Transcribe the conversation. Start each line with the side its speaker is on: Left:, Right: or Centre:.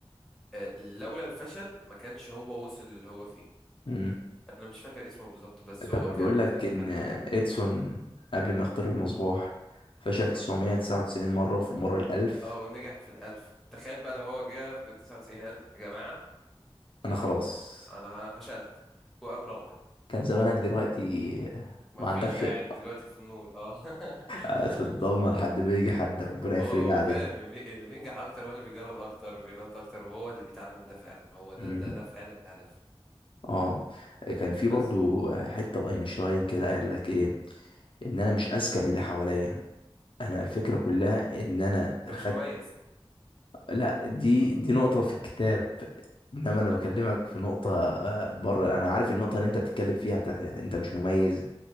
Centre: آه، لولا الفشل ما كانش هو وصل اللي هو فيه
Left: امم
Centre: انا مش فاكر اسمه بالظبط بس
Left: طب
Centre: هو
Left: ما
Centre: كان
Left: بيقول لك
Centre: كان
Left: ان
Centre: حد جامد.
Left: اديسون قبل ما يخترع المصباح فشل
Centre: مم.
Left: 999 مرة وفي المرة الألف
Centre: اه ونجح في الألف تخيل بقى لو هو جه في التسعة وتسعين قال يا جماعة
Left: انا
Centre: أنا
Left: خلاص
Centre: خلاص أنا أنا فشلت وقام روح
Left: كان زمانك دلوقتي
Centre: ما
Left: ما
Centre: فيش
Left: عندكش
Centre: قاعد
Left: <laughs>
Centre: دلوقتي في النور اه <laughs>
Left: قاعد في الضلمة لحد ما يجي حد ربنا يفرجها
Centre: هو هو
Left: عليه
Centre: فعلا اللي بي- اللي بينجح أكتر هو اللي بيجرب أكتر وبيغلط أكتر وهو اللي بيتعلم من ده فعلا هو ده
Left: مم.
Centre: ده ده فعلا الهدف
Left: اه كان في برضو
Centre: بس
Left: حتة لاينشتاين كده قال لك ايه ان انا مش اذكى من اللي حواليا انا الفكرة
Centre: مم.
Left: كلها ان انا
Centre: أنت
Left: خد
Centre: مش مميز
Left: لا دي دي نقطة في الكتاب انما انا بكلمك في نقطة آه، بره انا عارف النقطة اللي انت بتتكلم فيها بتاعت انت مش مميز